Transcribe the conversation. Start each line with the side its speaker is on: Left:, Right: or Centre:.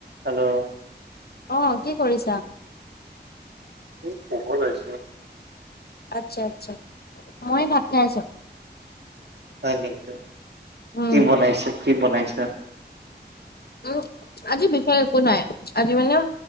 Right: হেল্ল'
Left: অ' কি কৰিছা?
Right: এই শুব লৈছোঁ।
Left: আচ্ছা-আচ্ছা, মই ভাত খাই আছো।
Right: হয় নেকি,
Left: উম
Right: কি বনাইছে? কি বনাইছা?
Left: তো আজি বিশেষ একো নাই। আজি মানে